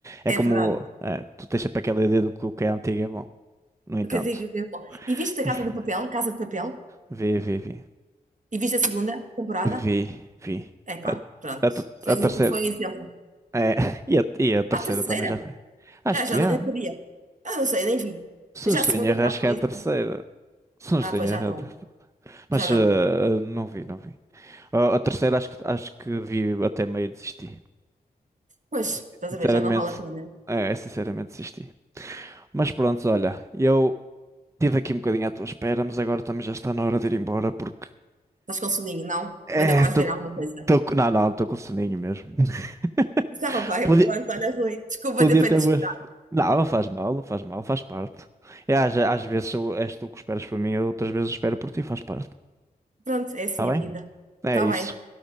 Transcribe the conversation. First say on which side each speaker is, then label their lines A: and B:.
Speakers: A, on the right; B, on the right.
A: É
B: é
A: como,
B: verdade.
A: eh, tu tens sempre aquela ideia do que o que é antigo é bom. No entanto,
B: O que eu digo é que é bom. E viste a
A: <laughs>
B: Casa do Papel? Casa de Papel?
A: vi, vi, vi,
B: E viste a segunda temporada?
A: vi, vi.
B: Epá, pronto.
A: A, a, te-
B: Foi
A: a terceira,
B: um, foi um exemplo.
A: é, <laughs> e a, e a terceira
B: A terceira?
A: também já foi. Acho
B: Ah,
A: que
B: já não,
A: há.
B: eu sabia. Ah, não sei, nem vi.
A: Se
B: Já
A: não estou
B: a segunda
A: em erro,
B: já
A: acho que
B: foi
A: é a
B: assim.
A: terceira. Se não
B: Ah,
A: estou
B: pois
A: em erro,
B: já não.
A: Mas
B: Já não.
A: eh, eh, não vi, não vi. A, a terceira acho que, acho que vi até meio e desisti.
B: Pois,
A: Desisti.
B: estás
A: Sinceramente,
B: a ver, já não vale a pena.
A: é, é, sinceramente desisti. Mas pronto, olha, eu tive aqui um bocadinho à tua espera, mas agora também já está na hora de ir embora porque
B: Estás com soninho, não? Ou
A: é,
B: ainda vais
A: tô,
B: ver alguma coisa?
A: tô, com- não, não, estou com soninho mesmo. <laughs>
B: Estava bem,
A: Podia,
B: pronto, olha, Rui. Desculpa
A: podia
B: ter feito
A: ter
B: esperar.
A: mais- Não, não faz mal, não faz mal, faz parte. E às, às vezes eu- és tu que esperas por mim, outras vezes eu espero por ti, faz parte.
B: Pronto, é assim
A: Tá bem?
B: a vida.
A: É
B: Está
A: isso.
B: bem.